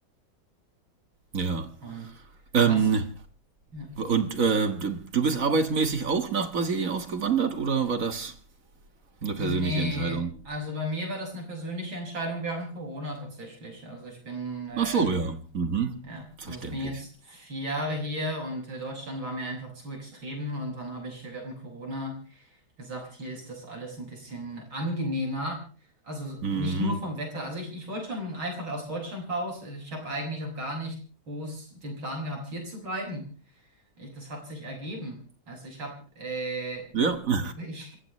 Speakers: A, on the right; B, on the right.
A: ja.
B: Und
A: Ähm,
B: hast, ja.
A: und äh, du bist arbeitsmäßig auch nach Brasilien ausgewandert oder war das eine
B: Nee,
A: persönliche Entscheidung?
B: also bei mir war das eine persönliche Entscheidung während Corona tatsächlich. Also ich bin, ähm,
A: Ach so, ja. Mhm.
B: ja,
A: Verständlich.
B: also ich bin jetzt vier Jahre hier und äh, Deutschland war mir einfach zu extrem und dann habe ich während Corona gesagt, hier ist das alles ein bisschen angenehmer. Also
A: Mhm.
B: nicht nur vom Wetter. Also ich, ich wollte schon einfach aus Deutschland raus. Ich habe eigentlich auch gar nicht groß den Plan gehabt, hier zu bleiben. Ich, das hat sich ergeben. Also ich habe äh,
A: Ja.
B: <laughs>
A: <laughs>
B: ich,